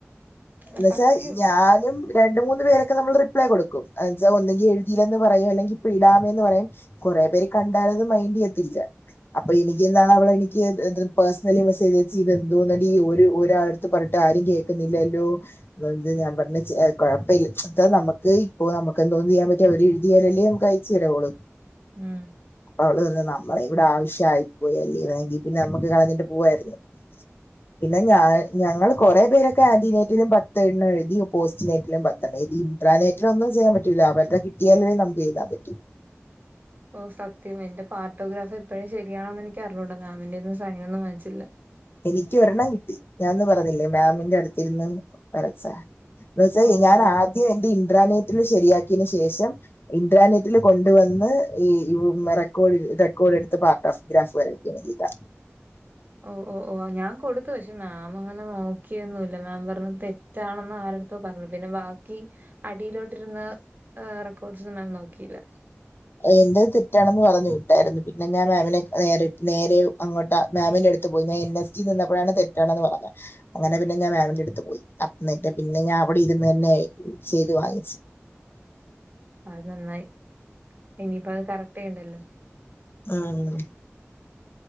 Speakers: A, on the left; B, on the right.
A: എന്നു
B: ആ
A: വെച്ചാ
B: സത്യം
A: ഇ ഞാനും രണ്ട് മൂന്ന് പേരൊക്കെ നമ്മെൾ റിപ്ലൈ കൊട്ക്കും എന്ന് വെച്ചാ ഒന്നെങ്കി എഴ്തി എന്ന് പറയും അല്ലെങ്കി ഇപ്പം ഇടാമെന്ന് പറയും കൊറെ പേര് കണ്ടാൽ അത് മൈന്റ് ചെയ്യത്തില്ല. അപ്പ എനിക്ക് ഇന്നാ അവൾ എനിക്ക് ഇത് ഇത് പേഴ്സെണലി മെസ്സേജ് അയച്ചു ഇത് എന്തോന്നെടി ഈ ഒരു ഒരാൾ ത്തും പർണിട്ട് ആരും കേക്ക്ന്നില്ലല്ലോ ഇത് എന്തെ ഞാൻ പർണെച്ചാ അഹ് കൊഴപ്പ ഇല്ല ഇപ്പം നമ്മെക്ക് ഇപ്പോ നമ്മെക്ക് എന്തോന്ന് ചെയാൻ പറ്റും അവ െര് എഴ്തിയാൽ അല്ലെ നമ്മെക്ക് അഴ ച്ചെരു വൊള്ളു
B: ഉം
A: അവൾ പറയാ നമ്മടെ കൂടി ആവശ്യം ആയി പോയി അല്ലെങ്കി <unintelligible> പിന്നെ നമ്മെക്ക് കളഞ്ഞിട്ട് പുവായിരുന്നു പിന്നെ ഞാൻ ഞങ്ങെൾ കൊറെ പേരൊക്കെ അതിനെ ഇതിൽ പത്തെണ്ണം എഴ്തി. പോസ്റ്റ് നേറ്റിലും പത്തെണ്ണം എഴ്തി. റാണെറ്റിൽ ഒന്ന് ചെയ്യാൻ പറ്റിയില്ലാ <unintelligible> <unintelligible> എഴ്താൻ പറ്റി
B: ഓ സത്യം എന്റെ പാർട്ടോഗ്രാഫ് എപ്പഴും ശരിയാണോന്ന് എനിക്ക് അറിഞ്ഞുടാ മാമിന്റെന്ന് സൈൻ നൊന്നും വാങ്ങിച്ചില്ലാ
A: എനിക്ക് ഒരെണ്ണം കിട്ടി ഞാൻ അന്ന് പറഞ്ഞില്ലെ മാമിന്റെ അട്ത്ത് ഇര്ന്ന് വരച്ചാ <unintelligible>
B: ഓ
A: ഞാൻ ആദ്യം എന്റെ ഇൻ്ററാനെറ്റിനും ശരിയാക്കിയെന് ശേഷം ഇന്റ്റാനെറ്റിൽ കൊണ്ട് വന്ന് ഈ യു മെ റെക്കോർഡ് റെക്കോർഡ് എട്ത്ത് പാർട്ട് ഓഫ് ഗ്രാഫ് വെര ഏഹ് ഇതാ
B: ഓഹ് ഓഹ് ഓഹ് ഞാൻ കൊടുത്തു പക്ഷെ മാം അങ്ങനെ നോക്കിയൊന്നും ഇല്ലാ മാം പർണു തെറ്റാണെന്ന് ആര ത്തോ പർണു പിന്നെ ബാക്കി അടിയിലോട്ട് ഇരുന്ന ഏഹ് റെക്കോർഡ്സ് ഒന്നും മാം നോക്കിയില്ല
A: എൻ്റെ തെറ്റാണെന്ന് പറഞ്ഞ് വിട്ടായിരുന്നു പിന്നെ ഞാൻ മാമിനെ ക നേരിട്ട് നേരെ അങ്ങോട്ട് മാമിന് അട് ത്ത് പോയി <unintelligible> നിന്നപ്പളാണ് തെറ്റാണെന്ന് പറഞ്ഞെ അങ്ങനെ പിന്നെ ഞാൻ മാമിൻ്റെ എട്ത്തു പോയി ഇന്നെട്ട് പിന്നെ ഞാൻ അവിടെ ഇരുന്ന് തന്നെ ചെയ്ത് വാങ്ങിച്ച്
B: അത് നന്നായി ഇനിയിപ്പം അഹ് കറക്റ്റ് ചെയ്യണ്ടല്ലോ
A: അയെന്നെ